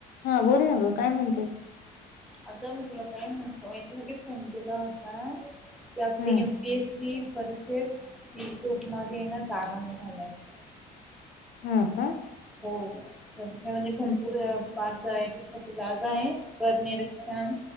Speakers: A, on the left; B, in the centre.
A: हा बोल न ग काय म्हणताय
B: अग मी तुला काय म्हो याच्यासाठी फोन केला होता की आपली
A: हम्म
B: पी एस सी परीक्षेत सी ग्रुपमध्ये ये नां जागा निघाल्या आहे
A: हो का
B: हो तर तिच्या म्हणजे भरपूर
A: हम्म
B: पार्ट आहे त्याच्या साठी जागा आहे कर निरीक्षण